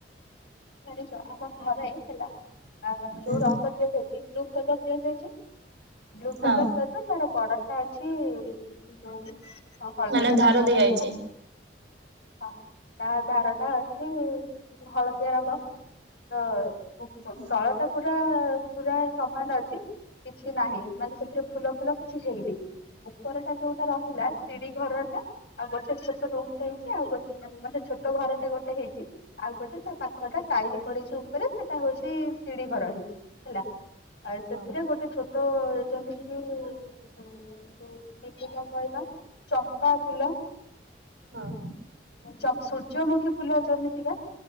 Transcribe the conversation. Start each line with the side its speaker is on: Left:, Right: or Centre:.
Left: ଜାଣିଛ ଆମ ଘରେ ହେଲା ଆ ଯୋଉ
Right: ହୁଁ
Left: ରଙ୍ଗ ଦିଆ ଯାଇଚି। ବ୍ଲ କଲର ଦିଆ ଯାଇଛି ବ୍ଲୁ
Right: ହଁ
Left: କଲର ସ ତାର ବଡରଟା ଅଛି ଯୋଉ ହଳଦିଆ
Right: ମାନେ ଧାର
Left: ରଙ୍ଗ
Right: ଦିଆଯାଇଛି
Left: ହେଲା। ହଁ ତା ବାର ଟା ଅଛି ହଳଦିଆ ରଙ୍ଗ। ତ
Right: ହଁ
Left: ତଳ ଟା ପୁରା ପୁରା ସମାନ ଅଛି। କିଛି ନାହିଁ ମାନେ ସେଥିରେ ଫୁଲ ଫୁଲ କିଛି ହେଇନି। ଉପରଟା ଯୋଉଟା ରହିଲା ଶିଡି ଘର ଟା ଆଉ ଗୋଟେ ଛୋଟ ରୁମ ଟେ ହେଇଛି ଆଉ ଗ ମାନେ ଛୋଟ ଘରଟେ ଗୋଟେ ହେଇଛି ଆଉ ଗୋଟେ ତା ପାଖ ଟା ଟାଇଲି ପଡିଛି ଉପରେ ସେଟା ହଉଛି ସିଡିି ଘର ହେଇଛି ହେଲା। ଆଉ ସେଥିରେ
Right: ହଁ
Left: ଗୋଟେ ଛୋଟ ଯେମିତି କି ଯୋଉ କି ଫୁଲ କହିଲ ଚମ୍ପା ଫୁଲ
Right: ହଁ
Left: ଚ ସୂର୍ଯ୍ୟମୁଖୀ ଫୁଲ ଯେମିତିକା